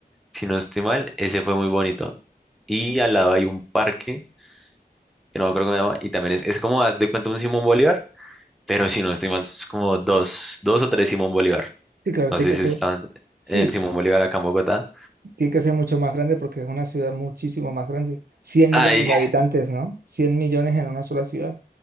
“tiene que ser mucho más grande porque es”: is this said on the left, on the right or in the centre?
Right